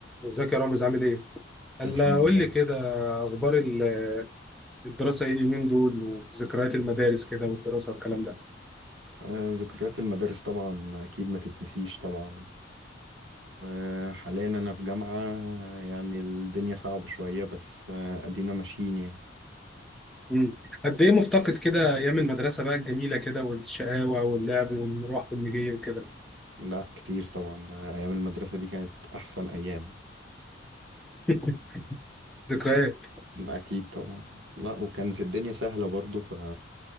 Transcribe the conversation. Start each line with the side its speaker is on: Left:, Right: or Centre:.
Centre: ازيك يا رامز عامل ايه؟ قال
Right: الحمد
Centre: قول
Right: لله
Centre: لي كده اخبار ال- الدراسه ايه اليومين دول وذكريات المدارس كده والدراسه والكلام ده.
Right: آه، ذكريات المدارس طبعا أكيد ما تتنسيش طبعا آه، حاليا أنا في جامعة آه، يعني الدنيا صعبة شوية بس آه، أدينا ماشيين يعني
Centre: مم. قد ايه مفتقد كده ايام المدرسه بقى الجميله كده والشقاوه واللعب والمروح والمجي وكده.
Right: لا كتير طبعا آه، أيام المدرسة دي كانت أحسن أيام
Centre: <laughs> ذكريات
Right: أكيد طبعا لا وكانت الدنيا سهلة برضو ف